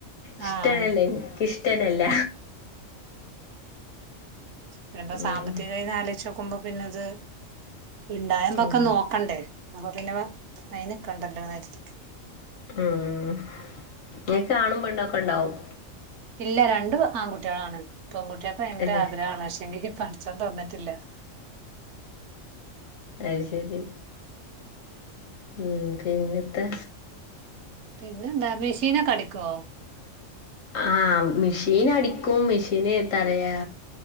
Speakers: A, on the left (about 80°); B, on the right (about 70°).
A: ഇഷ്ടല്ല
B: ആഹ്
A: എനക്കിഷ്ടന്നെല്ല
B: പിന്നെ
A: ഉം
B: സാമ്പത്തികമായി ആലോയിച്ച് നോക്കുമ്പോ പിന്നെത് ഇണ്ടായമ്പക്കം
A: ഉം
B: നോക്കണ്ടേ അപ്പൊ പിന്നെ വ അയിന് നിൽക്കണ്ടല്ലോന്ന് കരുതി
A: ഉം ഇനി കാണും പെണ്ണൊക്കെ ഇണ്ടാവും
B: ഇല്ല രണ്ട് ആൺകുട്ടികളാണ് പെൺകുട്ടിയാക്ക് ഭയങ്കര
A: അത്
B: ആഗ്രഹണ് പക്ഷെ കി പഠച്ചോൻ തന്നിട്ടില്ല
A: അത് ശരി ഉ പിന്നത്തെ
B: പിന്നെ എന്താ മെഷീനൊെടിക്കുവോ
A: ആ മെഷീൻ അടിക്കും മെഷീന് ന്ത പറയാ